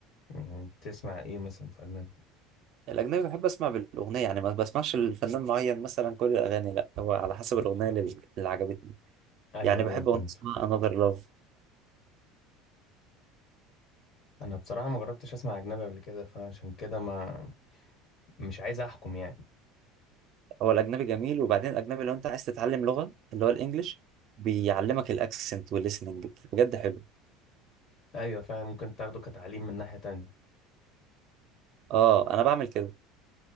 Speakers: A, on the left; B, on the right.
A: مم، بتسمع إيه مثلا في أجنبي؟
B: الأجنبي بحب أسمع بالأغنية يعني ما بسمعش الفنان معين مثلا كل الأغاني لا هو على حسب الأغنية اللي اللي عجبتني
A: أيوه
B: يعني بحب
A: أيوه فهمت
B: أغنية اسمها Another Love
A: أنا بصراحة ما جربتش أسمع أجنبي قبل كده فعشان كده ما مش عايز أحكم يعني
B: هو الاجنبي جميل وبعدين الاجنبي لو انت عايز تتعلم لغه اللي هو الانجليش بيعلمك الاكسنت والليسننج بجد حلو
A: أيوه فعلا ممكن تاخده كتعليم من ناحية تانية
B: اه انا بعمل كده